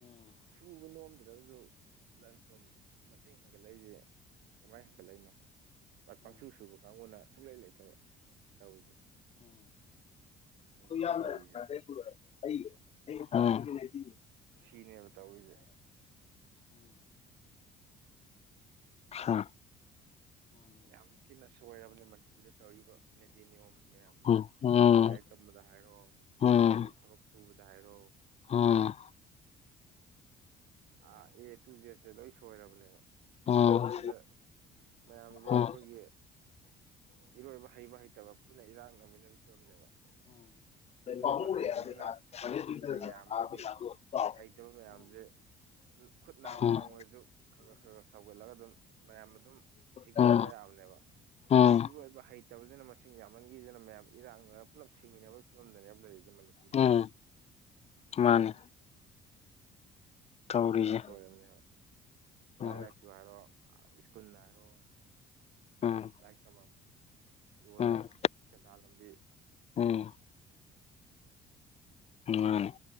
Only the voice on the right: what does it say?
ꯁꯨꯕ ꯅꯣꯝꯗ꯭ꯔꯒꯁꯨ ꯂꯟ ꯊꯨꯝ ꯃꯁꯤꯡ ꯍꯦꯟꯒꯠꯂꯛꯏꯁꯦ ꯀꯃꯥꯏꯅ ꯍꯦꯟꯒꯠꯂꯛꯏꯅꯣ ꯄꯪꯁꯨ ꯁꯨꯕ ꯀꯥꯡꯕꯨꯅ ꯁꯨꯡꯛꯂꯩ ꯂꯩꯇꯕ ꯇꯧꯔꯤꯁꯦ ꯃꯅꯤꯄꯨꯔꯗ
ꯇꯧꯔꯤꯁꯦ
ꯁꯤꯅꯦꯕ ꯇꯧꯔꯤꯁꯦ
ꯌꯥꯝ ꯊꯤꯅ ꯁꯣꯏꯔꯕꯅꯤ ꯃꯅꯤꯄꯨꯔꯗ ꯇꯧꯔꯤꯕ ꯅꯤꯇꯤ ꯅꯤꯌꯣꯝ ꯃꯌꯥꯝꯁꯦ
ꯂꯥꯏꯔꯤꯛ ꯇꯝꯕꯗ ꯍꯥꯏꯔꯣ
ꯑꯗꯩ ꯊꯕꯛ ꯁꯨꯕꯗ ꯍꯥꯏꯔꯣ
ꯑꯦ ꯇꯨ ꯖꯦꯗꯁꯦ ꯂꯣꯏ ꯁꯣꯏꯔꯕꯅꯦꯕ
ꯑꯁꯤꯗ ꯃꯌꯥꯝꯁꯦ
ꯑꯩꯈꯣꯏꯒꯤ ꯏꯔꯣꯏꯕ ꯍꯩꯕ ꯍꯩꯇꯕ ꯄꯨꯟꯅ ꯏꯔꯥꯛꯅꯕꯥ ꯐꯤꯕꯝꯅꯦꯕ
ꯏꯔꯣꯏꯕ ꯍꯩꯕꯁꯤꯅ
ꯃꯁꯤꯡꯁꯤꯅ
ꯌꯥꯝꯃꯒꯗꯤ
ꯍꯩꯇꯕ ꯃꯌꯥꯝꯁꯦ꯫ ꯈꯨꯠ ꯅꯝꯃꯇ
ꯑꯣꯏꯔꯁꯨ ꯈꯔ ꯈꯔ ꯈꯔ ꯈꯔ ꯁꯧꯒꯠꯂꯒ ꯑꯗꯨꯝ ꯃꯌꯥꯝ ꯑꯗꯨꯝ꯫ ꯍꯤꯡꯃꯤꯟꯅꯕ
ꯌꯥꯕꯅꯦꯕ꯫
ꯏꯔꯣꯏꯕ ꯍꯩꯇꯕꯁꯤꯅ ꯃꯁꯤꯡ ꯌꯥꯝꯃꯟꯈꯤꯗꯅ ꯃꯌꯥꯝ ꯏꯔꯥꯛꯅ꯫ ꯄꯨꯂꯞ ꯁꯤꯃꯤꯟꯅꯕ ꯐꯤꯝꯗꯅꯦ ꯂꯩꯔꯤꯁꯦ ꯃꯅꯤꯄꯨꯔꯗ
ꯂꯩꯔꯤ꯫
ꯆꯦꯟꯁꯣꯏꯔꯕꯅꯦꯕ꯫
ꯂꯥꯏꯔꯤꯛ ꯂꯥꯏꯁꯨꯨ ꯍꯥꯏꯔꯣ ꯏꯁꯀꯨꯜ ꯍꯥꯏꯔꯣ
ꯂꯥꯏꯔꯤꯛ ꯇꯝꯕꯝ꯫ ꯂꯣꯏꯔꯦ
ꯁꯦꯟꯗꯥꯟ ꯂꯝꯕꯤ꯫